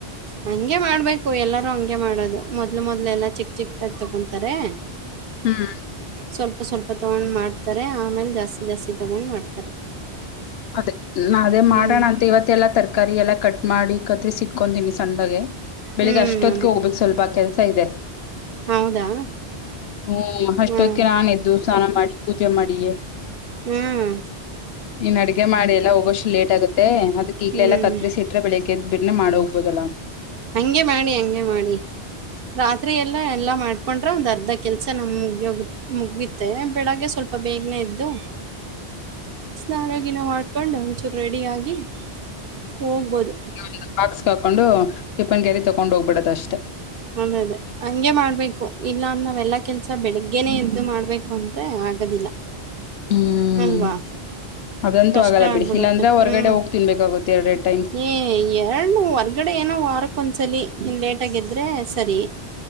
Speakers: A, on the right (about 60°); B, on the left (about 70°).
A: ಹಂಗೆ ಮಾಡ್ಬೇಕು ಎಲ್ಲಾರೂ ಹಂಗೆ ಮಾಡೋದು ಮೊದ್ಲು ಮೊದ್ಲು ಎಲ್ಲಾ ಚಿಕ್ ಚಿಕ್ತಾಗ ತಕೊಂತಾರೆ
B: ಹ್ಮ್
A: ಸ್ವಲ್ಪ ಸ್ವಲ್ಪ ತಗೊಂಡ್ ಮಾಡ್ತಾರೆ ಆಮೇಲೆ ಜಾಸ್ತಿ ಜಾಸ್ತಿ ತಗೊಂಡ್ ಮಾಡ್ತಾರೆ
B: ಅದೇ ನಾ ಅದೇ
A: ಹ್ಮ್
B: ಮಾಡೋಣ ಅಂತ ಇವತ್ತ ಎಲ್ಲಾ ತರಕಾರಿ ಎಲ್ಲಾ ಕಟ್ ಮಾಡಿ ಕತ್ರಿಸ್ ಇಟ್ಕೊತೀನಿ ಸಣ್ಣಗೆ ಬೆಳಿಗ್ಗೆ
A: ಹ್ಮ್
B: ಅಷ್ಟೊತ್ತಿಗೆ
A: ಅದೇ
B: ಹೋಗ್ಬೇಕಕ್ ಸ್ವಲ್ಪ ಕೆಲ್ಸ ಇದೆ
A: ಹೌದಾ
B: ಹ್ಮ
A: ಹ್ಮ್
B: ಅಷ್ಟಕಿ ನಾನಿದ್ದು ಸ್ನಾನ ಮಾಡಿ ಪೂಜೆ ಮಾಡಿಯೇ
A: ಹ್ಮ್
B: ನೀನ್ ಅಡ್ಗೆ ಮಾಡಿ ಎಲ್ಲ ಹೋಗೋಷ್ಟು ಲೇಟ್ ಆಗುತ್ತೆ ಅದಕ್ಕೆ ಈಗ್ಲೆಲ್ಲ
A: ಹ್ಮ್
B: ಕತ್ರಿಸಿಸಿ ಇ ಬೆಳಗ್ದ ಬಿನೆ ಮಾಡ ಹೋಗ್ಬುದದಲ್ಲ ಅಂತ
A: ಹಂಗೆ ಮಾಡಿ ಹಂಗೆ ಮಾಡಿ ರಾತ್ರಿ ಎಲ್ಲ ಎಲ್ಲಾ ಮಾಡ್ಕೊಂಡ್ರೆ ಒಂದ್ ಅರ್ಧ ಕೆಲ್ಸ ನಮ್ ಮುಗೋಗ ಮುಗಿತೆ ಬೆಳಗ್ಗೆ ಸ್ವಲ್ಪ ಪಪ್ಪ ಬೇಗನೆ ಇದ್ದು
B: <inaudible>
A: ಸ್ನಾನಗಿನ ಮಾಡ್ಕೊಂಡು ಒಂಚೂರು ರೆಡಿಯಾಗಿ ಹೋಗ್ಬೋದು
B: ಒ ಬಾಕ್ಸ್ ಹಾಕೊಂಡು ಟಿಪನ್ ಕ್ಯರಿ ತಕೊಂಡು ಹೋಗ್ಬಿಡದ ಅಷ್ಟೇ
A: ಅೌದ ಅದೇ ಹಂಗೆ ಮಾಡ್ಬೇಕು ಇಲ್ಲ ಅಂದ ನಾವ್ ಎಲ್ಲಾ ಕೆಲ್ಸ ಬೆಳಿಗ್ಗೆನೆ ಎದ್ದು ಮಾಡ್ಬೇಕು ಅಂತ ಮತ್ತೆ ಆಗದಿಲ್ಲ
B: ಹ್ಮ್
A: ಅಲ್ವಾ
B: ಅದಂತೂ
A: ಕಷ್ಟ
B: ಆಗಲ್ಲ
A: ಆಗ್ಬಿಡುತ್ತೆ
B: ಬಿಡಿ ಇಲ್ಲಾಂದ್ರೆ ಹೊರಗಡೆ
A: ಹ್ಮ್
B: ಹೋಗ್ ತಿನ್ಬೇಕಾಗುತ್ತೆ ಎರಡೆರಡು ಟೈಮ್
A: ಏ ಎ ಹೊರ್ಗಡೆ ಏನೋ ವಾರಕ್ಕ ಒಂದ್ಸಲ ಇನ್ನು ಲೇಟಾಗಿದ್ರೆ ಸರಿ